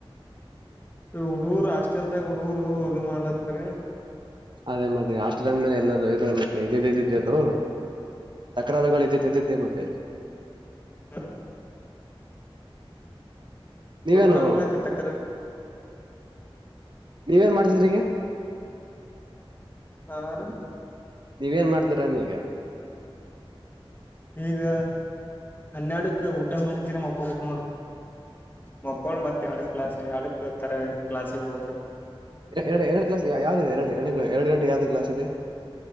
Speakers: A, on the left (about 20°); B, on the right (about 55°).
A: ಹುಡುಗರು ಹಾಸ್ಟೆಲ್ದಾಗ ಹುಡುಗರು ಇದು ಮಾಡತ್ತರಿ.
B: ಅದೇ ಮತ್ತೆ ಹಾಸ್ಟೆಲ್ ಅಂದ ಮೇಲೆ ಎಲ್ಲ ಇ ಮತ್ತೆ ಇದ ಇದ ಇದದು. ತಕ್ರುಗಳು ಇದ್ದ ಇದ್ದಿದ್ದೆ ಮತ್ತೆ. ತ್ತ <inaudible>
A: ಹ್ಮ.
B: ನೀವೇನು
A: ಹುಡುಗರ್ ಅಂದ್ಮ್ಯಾಕ ಟಕರ್
B: ನೀವೇನ್ ಮಾಡ್ತ. <inaudible>
A: ಆ <inaudible>
B: ನೀವ ಏನ್ ಮಾಡ್ತೀರಾ ಅನ್ನಿ ಈಗ
A: ಈಗ ಹನ್ನೆರಡಕ್ ಊಟ ಮಾಡಕಿರ ಮಕ್ಕೊಬೇಕ್ ನೋಡ್ರಿ ಮಕೊಂಡ್ ಮತ್ ಎರಡ ಕ್ಲಾಸ್ ಎರಡಕ್ ತರ ಕ್ಲಾಸಿಗೆ ಹೋಗ್ಬೇಕ್ರ.
B: ಎರಡು ಎರಡು ಕ್ಲಸ್ ಯಾವ್ದದೆ ಎರಡು ಎರಡು ಎರಡು ಗಂಟ ಯಾವ್ದೂ ಇಲ್ಲ ಅನ್ಸುತ್ತೆ